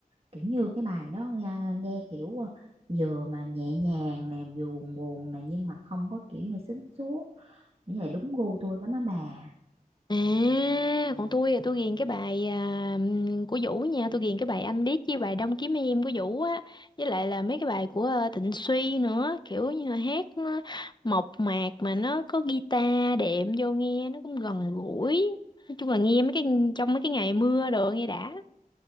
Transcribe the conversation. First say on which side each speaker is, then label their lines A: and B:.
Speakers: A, on the right; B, on the left.
A: kiểu như cái bài đó nghe, nghe kiểu ờ, vừa mà nhẹ nhàng nè vừa buồn buồn nè nhưng mà không có kiểu như xính xuống nghĩ là đúng gu tôi lắm á bà
B: à còn tôi thì tôi ghiền cái bài à, ừm, của Vũ nha tôi ghiền cái bài Anh Điếc với bài Đông Kiếm Em của Vũ á với lại là mấy cái bài của ờ, Thịnh Suy nữa kiểu như là hát nó mộc mạc mà nó có guitar đệm vô nghe nó cũng gần gũi nói chung là nghe mấy cái trong mấy cái ngày mưa đồ nghe đã